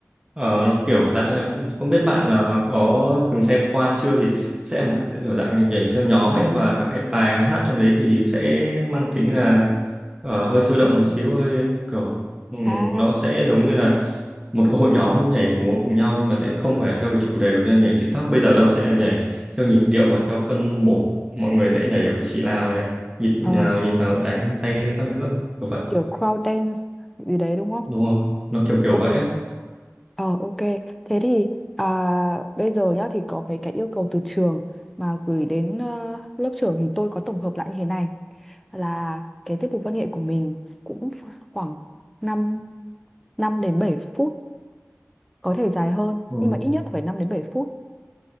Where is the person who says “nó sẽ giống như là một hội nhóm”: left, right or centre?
Right